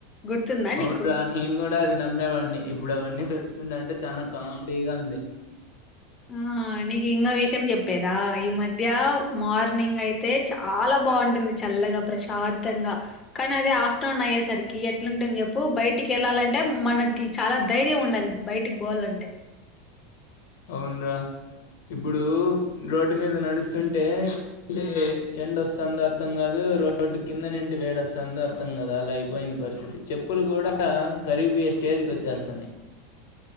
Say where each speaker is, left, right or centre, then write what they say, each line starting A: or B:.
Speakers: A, on the left (about 25°); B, on the left (about 75°).
A: గుర్తుందా
B: అవును
A: నీకు?
B: రా నేను కూడా అది నమ్మేవాడిని. ఇప్పుడు అవన్నీ తలుచుకుంటంటే. చానా కామెడీగా ఉంది.
A: ఆ నీకు ఇంగో విషయం చెప్పేదా. ఈ మధ్య మార్నింగ్ అయితే చాలా బాగుంటుంది. చల్లగా, ప్రశాంతంగా కానీ అదే ఆఫ్టర్నూన్ అయ్యేసరికి ఎట్లుంటుని చెప్పు. బయటికి వెళ్ళాలంటే మనకి చాలా ధైర్యం ఉండల్ బయటికి బోవాలంటే.
B: అవున్రా. ఇప్పుడు రోడ్డు మీద నడుస్తుంటే అంటే ఎండ వస్తుందో అర్థం కాదు. రోడ్డు కింద నుంటి వేడ వస్తుందో అర్థం కాదు. అలా అయిపోయింది పరిస్థితి. చెప్పులు కూడా కరీపోయే స్టేజ్కి వచ్చేస్తన్నాయి.